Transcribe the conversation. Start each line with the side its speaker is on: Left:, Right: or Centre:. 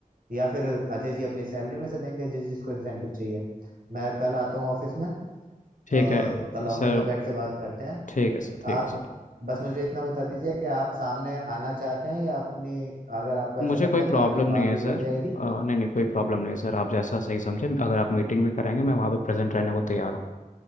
Right: या फिर अजय जी अपनी सैलरी में से देंगे जिस जिसको इंसेंटिव चाहिए मैं कल आता हूँ ऑफिस में
Left: ठीक
Right: और
Left: है
Right: कल ऑफिस
Left: सर
Right: में बैठ के बात करते हैं
Left: ठीक है सर ठीक
Right: आप
Left: है सर
Right: बस मुझे इतना बता दीजिए कि आप सामने आना चाहते हैं या अपनी अगर आपको ऐसा
Left: मुझे
Right: लगता
Left: कोई
Right: है कि
Left: प्रॉब्लम
Right: आपकी
Left: नहीं
Right: बात
Left: है
Right: बिगड़
Left: सर
Right: जाएगी
Left: अ, नहीं नहीं कोई प्रॉब्लम नहीं है सर आप जैसा सही समझे अगर आप मीटिंग भी कराएंगे मैं वहाँ पे प्रेजेंट रहने को तैयार हूँ